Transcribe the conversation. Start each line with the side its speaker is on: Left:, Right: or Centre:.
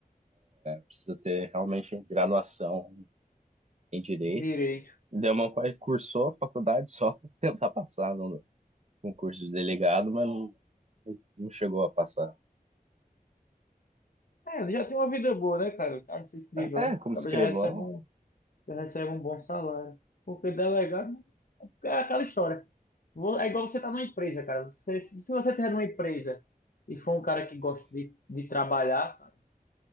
Right: precisa ter realmente graduação em direito.
Left: Um Direito.
Right: Então, meu pai cursou a faculdade só pra tentar passar no concurso de delegado, mas não, não chegou a passar.
Left: É, ele já tem uma vida boa, né, cara? O cara se escrivão,
Right: É, como
Left: acaba
Right: escrivão,
Left: já recebe um, já recebe um bom salário. Porque delegado é aquela história. Vo- É igual você tá numa empresa, cara. Você, se se você tiver numa empresa e for um cara que gosta de, de trabalhar, cara,